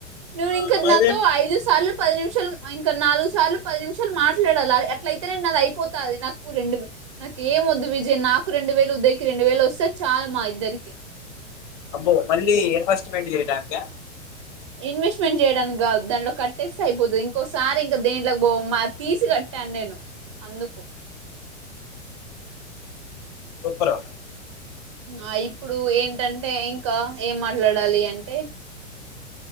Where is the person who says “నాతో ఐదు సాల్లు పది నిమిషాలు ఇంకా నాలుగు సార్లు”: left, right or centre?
Right